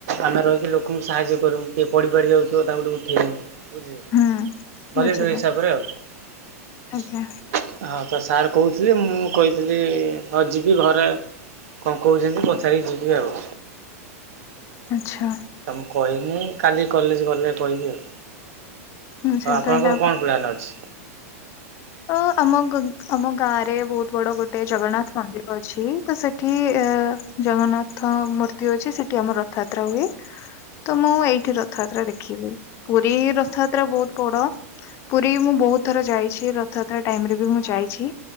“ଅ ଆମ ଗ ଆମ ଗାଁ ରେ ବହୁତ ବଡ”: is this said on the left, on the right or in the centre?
Left